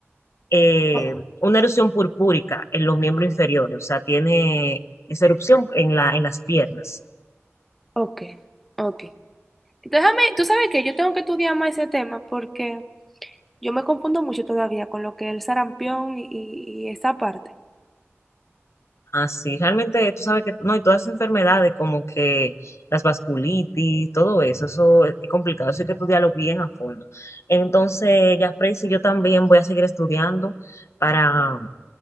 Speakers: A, on the left; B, in the centre.
A: eh,
B: O-
A: una erupción purpúrica en los miembros inferiores, o sea, tiene esa erupción en la, en las piernas.
B: Ok, ok. Déjame, tú sabes que yo tengo que estudiar más ese tema porque yo me confundo mucho todavía con lo que es el sarampión y, y- y esa parte.
A: Así, realmente tú sabes que, no, y todas esas enfermedades como que las vasculitis, todo eso, eso es complicado, eso hay que estudiarlo bien a fondo. Entonces, ya Freysi, yo también voy a seguir estudiando para